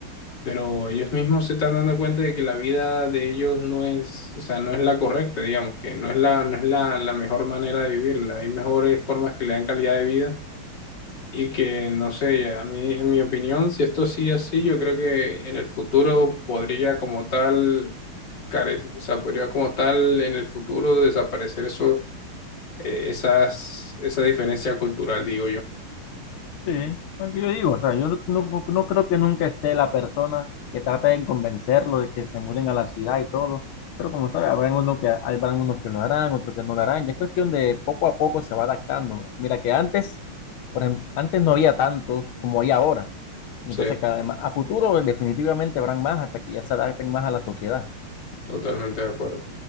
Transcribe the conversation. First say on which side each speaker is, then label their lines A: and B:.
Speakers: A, on the left; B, on the left.
A: pero ellos mismos se están dando cuenta de que la vida de ellos no es, o sea, no es la correcta, digamos, que no es la, no es la, la mejor manera de vivirla. Hay mejores formas que le dan calidad de vida y que, no sé, a mí, en mi opinión, si esto sigue así, yo creo que en el futuro podría como tal, care- o sea, podría como tal en el futuro desaparecer esos, eh, esas, esa diferencia cultural, digo yo.
B: Sí, lo que yo digo, o sea, yo no, no- no creo que nunca esté la persona que trate de convencerlo de que se muden a la ciudad y todo, pero como sabes, habrán unos que, habrán unos que lo harán, otros que no lo harán, ya es cuestión de poco a poco se va adaptando. Mira que antes, por ejemplo, antes no había tantos como hay ahora, entonces
A: Sí,
B: cada- a futuro definitivamente habrán más hasta que ya se adapten más a la sociedad.
A: totalmente de acuerdo.